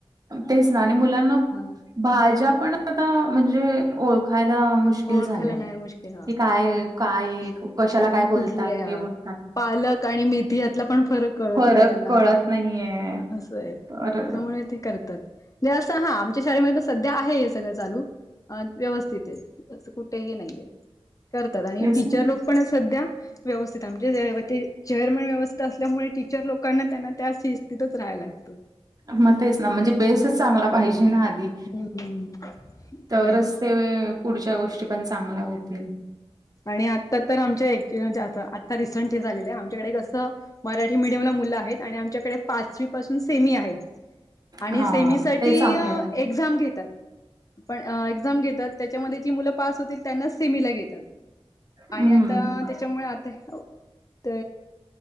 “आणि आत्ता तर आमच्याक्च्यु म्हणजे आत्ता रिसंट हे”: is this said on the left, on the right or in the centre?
Left